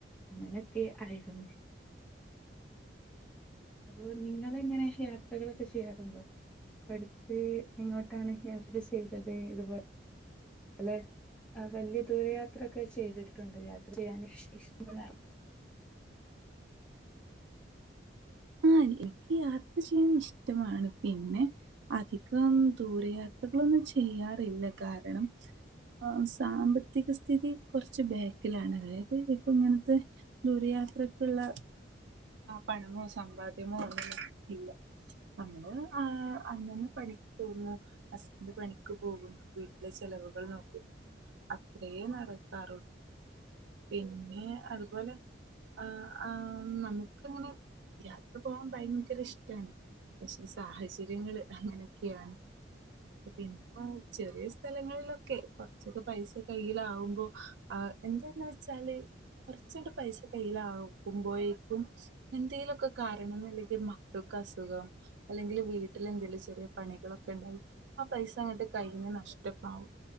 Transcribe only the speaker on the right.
ആ എനിക്ക് യാത്ര ചെയ്യാൻ ഇഷ്ടമാണ് പിന്നെ അധികം ദൂരയാത്രകളൊന്നും ചെയ്യാറില്ല കാരണം ആഹ് സാമ്പത്തിക സ്ഥിതി കുറച്ച് ബാക്കിലാണ് അതായത് ഇപ്പൊ ഇങ്ങനത്തെ ദൂരയാത്രക്കുള്ള പണമോ സമ്പാദ്യമോ ഒന്നും നമ്മക്ക് ഇല്ല നമ്മള് ആ അന്നന്ന് പണിക്ക്‌ പോകുന്നു ഹസ്ബഡ്‌ പണിക്ക് പോകുന്നു വീട്ടിലെ ചെലവുകൾ നോക്കുന്നു അത്രയേ നടക്കാറുള്ളൂ പിന്നെ അതുപോലെ ആ ആ നമുക്ക് അങ്ങനെ യാത്ര പോകൻ ഭയങ്കര ഇഷ്ടമാണ് പക്ഷെ സാഹചര്യങ്ങള് അങ്ങനൊ ക്കെയാണ് പിന്നെ ചെറിയ സ്ഥലങ്ങളിലൊക്കെ കുറച്ചൊക്കെ പൈസ കയ്യില് ആകുമ്പോ ആഹ് എന്താന്ന് വെച്ചാല് കുറച്ചങ്ങട്ട് പൈസ കയില് ആകു മ്പോഴേക്കും എന്തെേലുമൊക്കെ കാരണം ഒന്നില്ലെങ്കിൽ മക്കൾക്ക് അസുഖം അല്ലെങ്കിൽ വീട്ടിൽ എന്തേലും ചെറിയ പണികളൊക്കെ ഉണ്ടാവും ആ പൈസ അങ്ങട്ട് കയ്ന്ന് നഷ്ടപ്പാവും